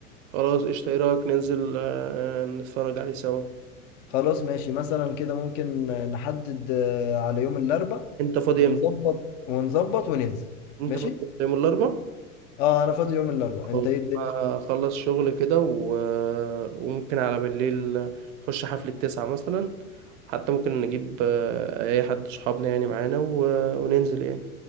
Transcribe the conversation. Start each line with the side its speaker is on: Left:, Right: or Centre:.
Right: خلاص قشطة ايه رأيك ننزل آه، نتفرج عليه سوا
Left: خلاص ماشي مثلا كده ممكن نحدد آه، على يوم الاربع
Right: انت فاضي
Left: ونظبط
Right: امتى
Left: ونظبط وننزل
Right: انت
Left: ماشي
Right: فاضي امتى؟ يوم الاربع
Left: اه انا فاضي يوم الاربع
Right: خلاص
Left: انت ايه الدنيا
Right: اخلص شغل كده و... آه، وممكن على بالليل نخش حفلة تسعة مثلا حتى ممكن نجيب آه، اي حد صحابنا يعني معانا و... آه، وننزل يعني